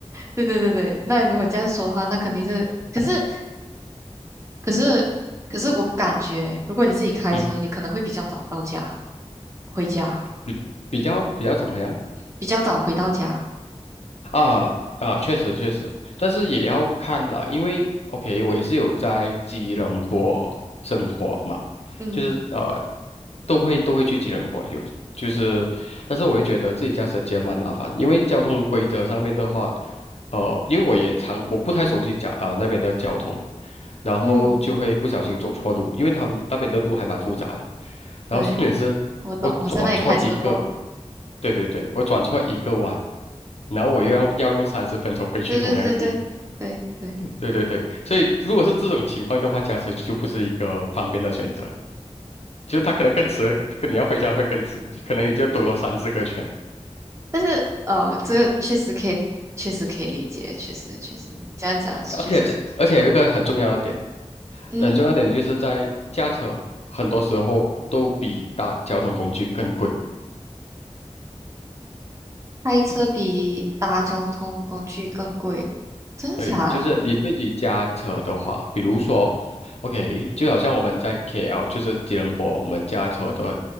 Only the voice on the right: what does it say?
对对对对，那如果你这样说的话，那肯定是，可是可是可是我感觉，如果你自己开车，
你可能会比较早到家，回家
比较早回到家。
嗯
嗯，
对，我懂，
我在那里开车过。
嗯，对对对对对对，
但是呃，这个确实可以，确实可以理解，确实确实你这样讲确实是，
嗯，
开车比搭交通工具更贵，真的假的？